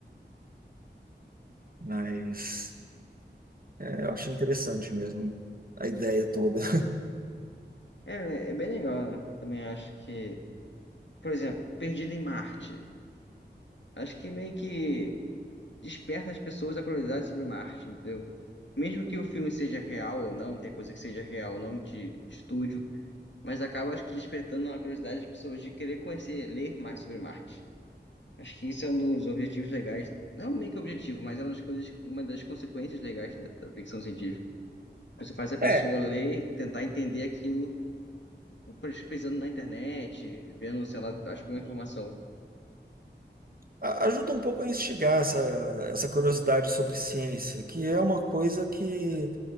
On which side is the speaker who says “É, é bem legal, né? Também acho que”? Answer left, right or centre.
Left